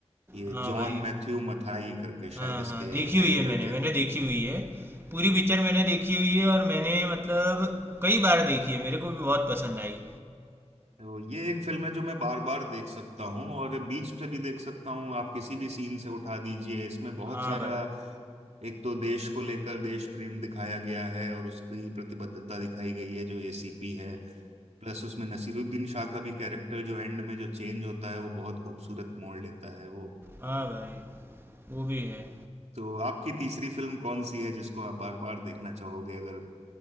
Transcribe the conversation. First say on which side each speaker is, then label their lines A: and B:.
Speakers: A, on the right (about 80°); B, on the right (about 20°).
A: ये
B: हाँ
A: जॉन
B: भाई
A: मैथ्यू मथाई करके शायद
B: हाँ
A: इसके
B: हाँ देखी
A: डायरेक्टर
B: हुई है मैंने
A: थे
B: मैंने देखी हुई है पूरी पिक्चर मैंने देखी हुई है और मैंने मतलब कई बार देखी है मेरे को भी बहुत पसंद आई
A: तो ये एक फिल्म है जो मैं बार बार देख सकता हूँ और बीच से भी देख सकता हूँ आप किसी भी सीन से उठा दीजिए इसमें बहुत
B: हाँ
A: सारा
B: भाई
A: एक तो देश को लेकर देश प्रेम दिखाया गया है और उसकी प्रतिबद्धता दिखाई गई है जो एसीपी है प्लस उसमें नसीरुद्दीन शाह का भी कैरेक्टर जो एंड में जो चेंज होता है वो बहुत खूबसूरत मोड़ लेता है वो
B: हाँ भाई वो भी है
A: तो आपकी तीसरी फिल्म कौन सी है जिसको आप बार बार देखना चाहोगे अगर